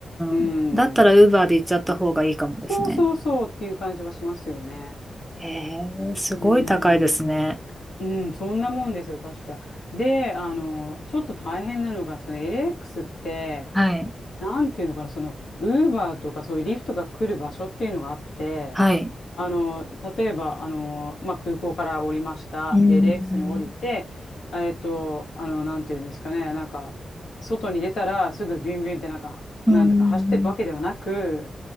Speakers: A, on the left; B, in the centre.
A: うん、
B: ん。だったら Uber で行っちゃった方がいいかもですね。
A: そうそうそうっていう感じはしますよね。
B: へえ、すごい高いですね。
A: うん、うん、そんなもんですよ、確か。で、あの、ちょっと大変なのが、その LX って、
B: はい。
A: なんていうのかな、その、ウーバーとかそういうリフトが来る場所っていうのがあって、
B: はい。
A: あの、例えば、あの、まあ、空港から降りました。
B: うーん。
A: で、レックスに降りて、えっと、あの、なんていうんですかね、なんか、外に出たらすぐビュンビュンってなんか、なんとか走ってるわけではなく、
B: うん、